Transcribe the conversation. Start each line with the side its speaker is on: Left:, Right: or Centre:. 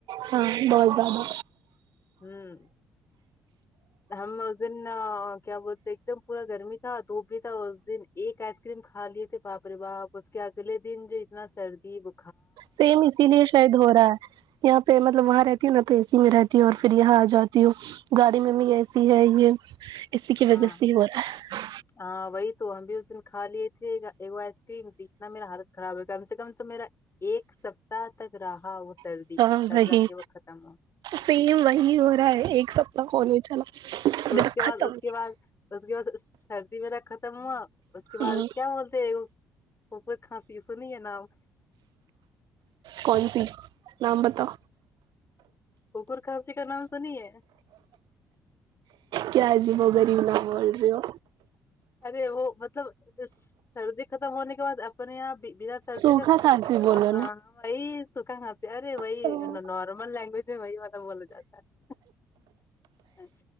Right: ہاں بہت زیادہ
Left: ہوں ہم اس دن کیا بولتے ایک دم پورا گرمی تھا دھوپ بھی تھا اس دن ایک ایسا کریم کھا لیے تھے باپ رے باپ اس کے اگلے دن جو اتنا سردی وہ
Right: سیم اسی لیے شاید ہو رہا ہیں یہاں پہ مطلب وہاں رہتی ہوں نا تو اے سی میں رہتی ہوں اور پھر یہاں ا جاتی ہوں گاڑی میں بھی ایسی ہے یہ اسی کی
Left: ہاں
Right: وجہ سے یہ ہو رہا ہیں
Left: ہاں وہی تو ہم بھی اس دن کا لیے تھے ایک ائس کریم جتنا میرا حالت خراب ہے کم سے کم تو میرا ایک سستا تک رہا وہ سردی
Right: ہے ہاں
Left: تب
Right: وہی
Left: جا کے وہ ختم ہو
Right: سیم وہی ہو رہا ہے ایک سپت کونے چلا
Left: اس
Right: اا
Left: کے بعد
Right: ختم
Left: اس کے بعد اس کے بعد سردی میرا ختم ہوا اس
Right: نہیں
Left: کے بعد کیا بولتے وہکت کھسی سنیے نام
Right: کون سی نام بتاؤ
Left: اکر کھانسی کا نام تو نہیں ہیں
Right: کیا جی وہ غریب نام بول رہے ہو
Left: ارے وہ مطلب سردی ختم ہونے کے بعد اپنے یہاں بنا سردی
Right: سوکھا
Left: کا
Right: کھانسی
Left: ک
Right: بولو
Left: وہی سکھا کھاتے ارے وہی
Right: نا
Left: نارمل لینگویج میں وہی مطلب بولا جاتا ہیں